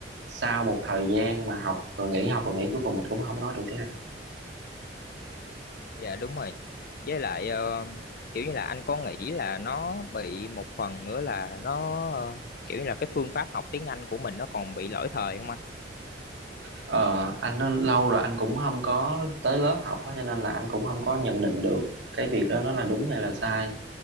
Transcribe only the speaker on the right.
sau một thời gian mà học rồi nghỉ học rồi nghỉ cuối cùng mình cũng không nói được tiếng Anh
ờ, anh nói lâu rồi anh cũng không có tới lớp học á, cho nên là anh cũng không có nhận định được cái việc đó nó là đúng hay là sai